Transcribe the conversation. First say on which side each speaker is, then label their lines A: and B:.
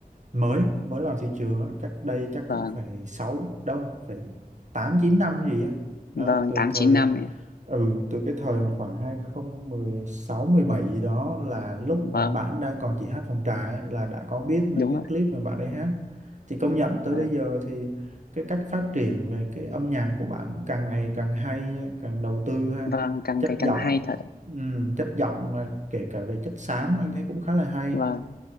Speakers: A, on the right; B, on the left.
A: mới mới vào thị trường á, cách đây chắc
B: vâng
A: cũng phải sáu đâu phải 8 9 năm gì á
B: vâng
A: đó. từ
B: tám
A: thời
B: chín năm
A: ừ từ cái thời mà khoảng hai không một sáu mười bảy gì đó là lúc
B: vâng
A: mà bạn đang còn chỉ hát phòng trà á, là đã có biết mấy
B: đúng
A: cái
B: rồi
A: clip mà bạn ấy hát thì công nhận tới
B: vâng
A: bây giờ thì cái cách phát triển về cái âm nhạc của bạn càng ngày càng hay nha, càng đầu tư ha
B: vâng càng
A: chất
B: ngày
A: giọng
B: càng hay thật ạ.
A: ừ, chất giọng mà kể cả về chất xám anh thấy cũng khá là hay
B: vâng